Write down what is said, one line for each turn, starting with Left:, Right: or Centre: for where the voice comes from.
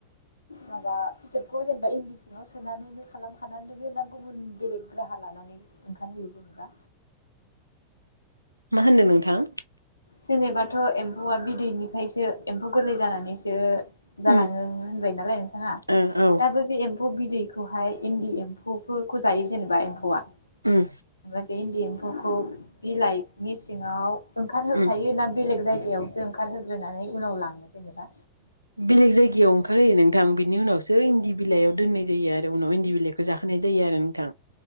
Left: माबा फिथोबखौ जेनेबा इन्दि सिङाव सोनानैनो खालामखानानै दोनो ना गुबुन बेलेग राहा लानानै ओंखारहोयो? जेनेबा।
Right: मा होनदों नोंथां?
Left: जेनेबाथ' एम्फौआ बिदैनिफ्रायसो एम्फौ गोरलै जानानैसो जालाङो
Right: उम
Left: होनबाय नालाय नोंथाङा
Right: ओ औ
Left: दा बे बे एम्फौ बिदैखौहाय इन्दि एम्फौ फौफोरखौ जायो जेनेबा एम्फौआ।
Right: उम
Left: ओमफाय बे इन्दि एम्फौ फौखौ बिलाइनि सिङाव खायो
Right: उम
Left: ना बेलेग जायगा यावसो ओंखारहोग्रोनानै उनाव लाङो। जेनेबा
Right: बेलग जायगा गायाव ओंखार होयो नोंथां बिनि उनावसो इन्दि बिलाइयाव दोननाय जायो आरो उनाव इन्दि बिलाइखौ जाहोनाय जायो आरो नोंथां